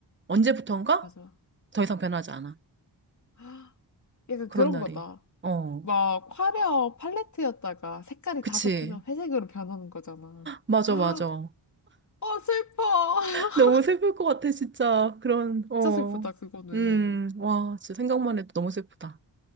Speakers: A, on the right; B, on the left.
A: 언제부턴가
B: 맞아.
A: 더 이상 변하지 않아.
B: <gasps> 헉, 약간
A: 그런
B: 그런
A: 날이.
B: 거다.
A: 어.
B: 막 화려 팔레트였다가 색깔이
A: 그치.
B: 다 섞이면 회색으로 변하는 거잖아.
A: 맞아,
B: <gasps> 아,
A: 맞아.
B: 어, 슬퍼. <laughs>
A: 너무 슬플 것 같아, 진짜. 그런, 어.
B: 진짜 슬프다, 그거는.
A: 음, 와, 진짜 생각만 해도 너무 슬프다.